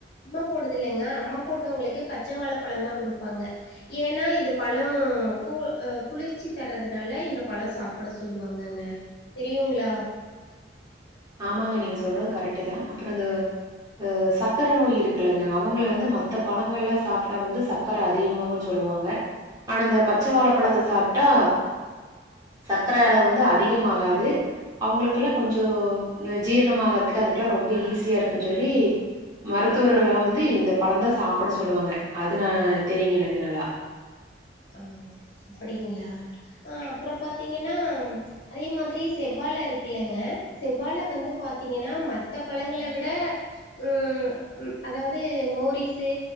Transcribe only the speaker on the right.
ஆமாங்க நீங்க சொல்றது கரெக்ட்தா அப்பறோ இந்த ஆ சக்கரை நோய் இருக்குலங்க அவங்கள வந்து மத்த பழங்கள்லா சாப்ட்டா வந்து சக்கர அதிகமாகுன்னு சொல்லுவாங்க ஆனா இந்த பச்ச வாழப்பழத்த சாப்ட்டா சக்கரை அளவு வந்து அதிகமாகாது அவுங்களுக்கெல்லா கொஞ்சோ இந்த ஜீரணமாகருக்கு அதுக்கெல்லா ரொம்ப ஈஸியா இருக்குன் சொல்லி மருத்துவர்கள் எல்லா வந்து இந்த பழந்தா சாப்ட சொல்லுவாங்க அது நா தெரியுங்க எனக்கு நல்லா